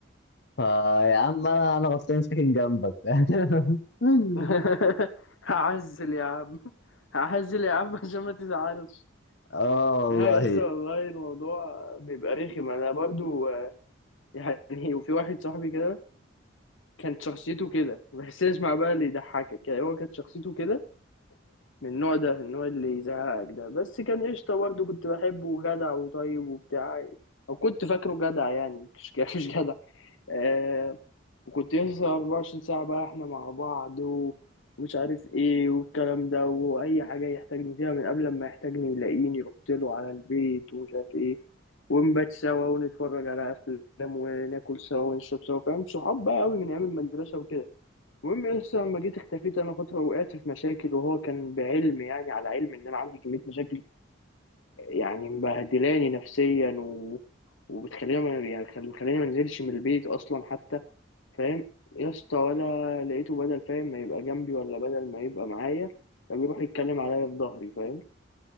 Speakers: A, on the left (about 55°); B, on the left (about 75°).
A: فيا عم انا انا غصبين ساكن جنبك فاهم؟
B: <laughs>
A: <laughs>
B: هعزل يا عم هعزل يا عم عشان ما تزعلش
A: اه والله
B: لا يا اسطى والله الموضوع بيبقى رخم انا برضو آه، يعني وفي واحد صاحبي كده كانت شخصيته كده بس اسمع بقى اللي يضحكك يعني هو كانت شخصيته كده من النوع ده النوع اللي يزهقك ده بس كان قشطة برضو كنت بحبه وجدع وطيب وبتاع او كنت فاكره جدع يعني مش <laughs> مش جدع آه، وكنت يسطا 24 ساعة بقى احنا مع بعض و- ومش عارف ايه والكلام ده وأي حاجة يحتاجني فيها من قبل ما يحتاجني يلاقيني رحت له على البيت ومش عارف ايه ونبات سوا ونتفرج على أفلام وناكل سوا ونشرب سوا فاهم صحاب بقى قوي من أيام المدرسة وكده المهم يسطا لما جيت اختفيت أنا فترة وقعت في مشاكل وهو كان بعلم يعني على علم إن أنا عندي كمية مشاكل يعني مبهدلاني نفسيا و... وبتخليني ما يعني خل- مخليني ما انزلش من البيت اصلا حتى فاهم يا اسطى ولا لقيته بدل فاهم ما يبقى جنبي ولا بدل ما يبقى معايا ده بيروح يتكلم عليا في ظهري فاهم